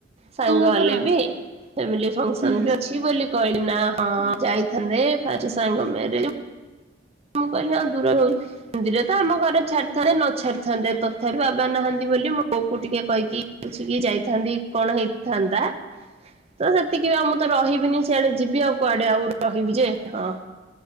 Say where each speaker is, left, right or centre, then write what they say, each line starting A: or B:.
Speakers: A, on the right; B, on the right.
A: ସାଙ୍ଗ
B: ହଁ
A: ହେଲେ
B: ପରା
A: ବି। ଫାମିଲି ଫଙ୍କସନ୍
B: ହୁଁ
A: ବି ଅଛି ବୋଲି। କହିଲି ନା ହଁ ଯାଇଥାନ୍ତେ ଫାଷ୍ଟ ସାଙ୍ଗ ମ୍ୟାରେଜ୍ ମୁଁ କହିଲି ହଁ ଦୂର। <unintelligible> ଏନ୍ତି ରେ ତ ଆମ ଘର ଛାଡିଥାନ୍ତେ ନ ଛାଡିଥାନ୍ତେ ତଥାପି ବାବା ନାହାନ୍ତି ବୋଲି ମୁଁ ବୋଉ ଟିକେ କହିକି ପଛିିକି ଯାଇଥାନ୍ତି କଣ ହେଇଥାନ୍ତା। ତ ସେତିକି ବି ଆଉ ମୁଁ ତ ରହିବିନି ସେଆଡେ ଯିବି ଆଉ କୁଆଡେ ଆଉ ରହିବି ଯେ ହଁ।